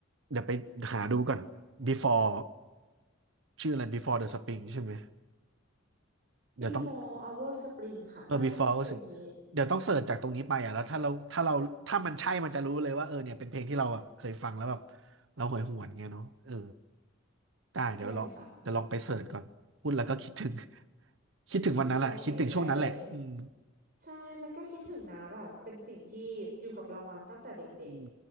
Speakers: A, on the right; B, on the right.
A: เดี๋ยวไปหาดูก่อน Before ชื่ออะไร Before the Spring ใช่ไหมเดี๋ยวต้อง
B: Before Our Spring ค่ะน่าจะชื่อเพลงนี้
A: เออ before ก็รู้สึกเดี๋ยวต้องเสิร์ชจากตรงนี้ไปอ่ะแล้วถ้าเราถ้าเราถ้ามันใช่มันจะรู้เลยว่าเออเนี่ยเป็นเพลงที่เราแบบเคยฟังแล้วแบบเราหวยหวนเงี้ยเนาะเออ ได้เดี๋ยวลองเดี๋ยวลองไปเสิร์ชก่อน
B: ใช่เลยค่ะ
A: พูดแล้วก็คิดถึง <laughs> คิดถึงวันนั้นแหละคิดถึงช่วงนั้นแหละ
B: โอเคได้เลย
A: อืม
B: ใช่มันก็คิดถึงนะแบบเป็นสิ่งที่อยู่กับเรามาตั้งแต่เด็ก
A: อืม